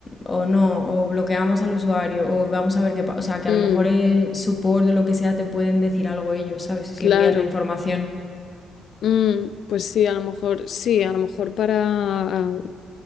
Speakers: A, on the left; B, on the left.
A: o no, o bloqueamos al usuario, o vamos a ver qué pasa. O sea, que a
B: Mm.
A: lo mejor es support o lo que sea, te pueden decir algo ellos, ¿sabes? Si
B: Claro,
A: envías la información.
B: Mm, pues sí, a lo mejor, sí, a lo mejor para, ah,